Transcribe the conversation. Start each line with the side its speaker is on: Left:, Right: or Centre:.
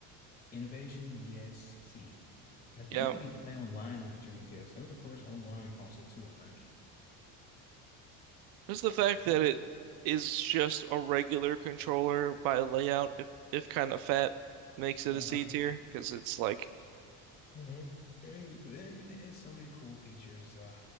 Left: innovation, yes. See, and I think
Right: yeah,
Left: you could play online with the Dreamcast. That was the first online console too, I think.
Right: just the fact
Left: I think.
Right: that it is just a regular controller by layout, if if kind of fat, makes it
Left: Uh-huh.
Right: a C tier because it's like
Left: Mhm. It, but then it has so many cool features. Uh,